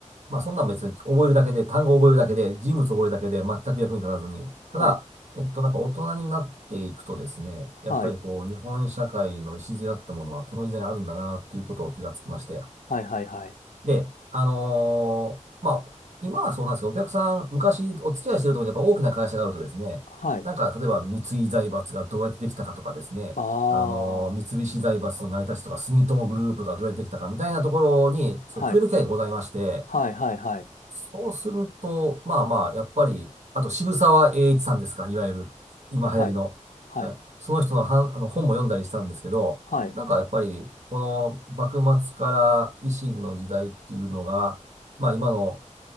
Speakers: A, on the right; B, on the left.
A: まあ、そんなん別に覚えるだけで、単語覚えるだけで、人物覚えるだけで、全く役に立たずに。
B: はい、
A: ただ、えっと、なんか大人になっていくとですね、
B: はい、
A: やっぱりこう、日本社会の礎だったものは、この時代にあるんだな、っていうことを気がつきまして。
B: はい、はい、はい。
A: で、あのーまあ、今はそうなんですけど、お客さん、昔お付き合いしてるところにやっぱ大きな会社があるとですね、
B: はい。
A: なんか、例えば三井財閥がどうやってできたかとかですね、
B: ああ、
A: あのー三菱財閥の成り立ちとか、
B: は
A: 住友グループがどうやってできたかみたいなところに、
B: い、
A: ちょっと触れる機会がございまして、
B: はい、はい、はい、
A: そうすると、まあまあ、やっぱり、あと渋沢栄一さんですか、いわゆる、今流行りの。
B: はい、はい、
A: はいその人のはん、あの本も読んだりしたんですけど、
B: はい、
A: なんかやっぱり、この幕末から維新の時代っていうのが、まあ今の、